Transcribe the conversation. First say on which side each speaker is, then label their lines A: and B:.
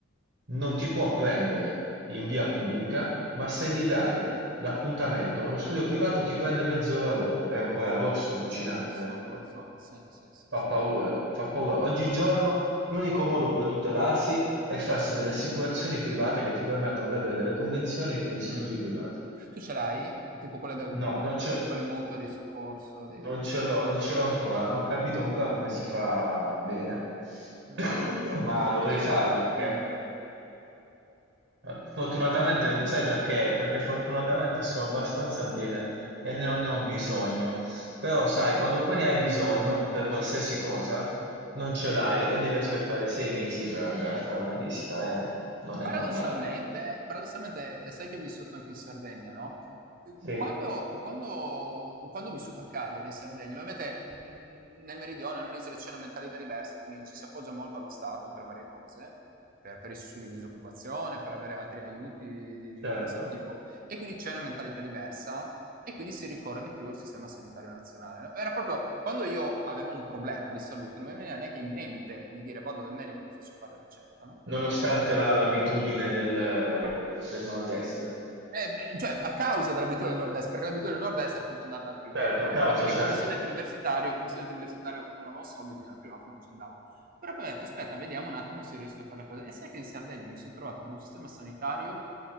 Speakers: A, on the right (about 60°); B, on the right (about 45°).
A: non ti può prendere in via pubblica, ma se gli dai l'appuntamento nello studio privato ti prende mezz'ora dopo. È un
B: Lo
A: paradosso
B: stesso.
A: allucinante,
B: Eh, lo so, lo so, sì, sì, sì,
A: fa
B: sì,
A: paura,
B: sì.
A: fa paura. Oggigiorno l'unico modo per tutelarsi è farsi delle assicurazioni private che ti permettono di avere delle convenzioni con gli istituti
B: Eh, mm.
A: privati.
B: Tu ce l'hai? Tipo quelle, da- con-
A: No,
B: con-
A: non
B: quelle,
A: c'è.
B: quelle mutue di soccorso? Di,
A: Non
B: di-
A: ce
B: di-
A: l'ho, non ce l'ho ancora, non ho capito ancora come si fa bene,
B: Mm.
A: <coughs> ma dovrei
B: Eh, io-
A: farla perché
B: mm.
A: Fortunatamente, sai perché? Perché fortunatamente
B: mm.
A: sto abbastanza bene e ne ho, ne ho bisogno. Però, sai, quando poi ne hai bisogno per qualsiasi cosa, non ce l'hai e devi aspettare sei mesi per andare
B: Eh.
A: a fare una visita,
B: sì.
A: eh, non
B: Paradossalmente,
A: è normale.
B: paradossalmente, eh, sai che ho vissuto anche in Sardegna, no? Eh,
A: Sì,
B: Quando, quando- quando ho vissuto a Cagliari, in Sardegna, ovviamente mh, nel meridione, nell'isola c'è una mentalità diversa, quindi ci si appoggia molto allo Stato per varie cose, per, per i sussidi di disoccupazione, per avere altri aiuti di, di-
A: certo.
B: di questo tipo. E quindi c'è una mentalità diversa e quindi si ricorre di più al sistema sanitario nazionale. Era proprio quando io avevo un problema di salute, non mi veniva neanche in mente di dire vado dal medico e mi faccio fare la ricetta, no?
A: Nonostante la- l'abitudine del, del nord-est.
B: Eh, cioè, a causa dell'abitudine del nord-est, perché l'abitudine del nord-est è appunto andare dal privato,
A: Certo,
B: no?
A: a causa,
B: E quindi
A: certo.
B: come studente universitario, come studente universitario non avevo soldi, quindi dal privato non ci andavo. Però poi ho detto, aspetta, vediamo un attimo se riesco a fare le cose. E sai che in Sardegna mi sono trovato con un sistema sanitario